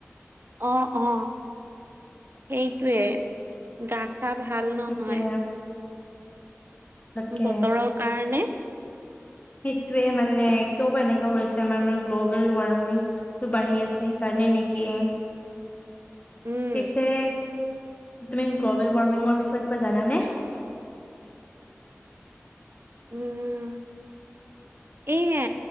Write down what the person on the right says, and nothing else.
অ অ সেইটোৱে গাছ চা ভাল নহয়
বতৰৰ কাৰণে
উম,
উম এই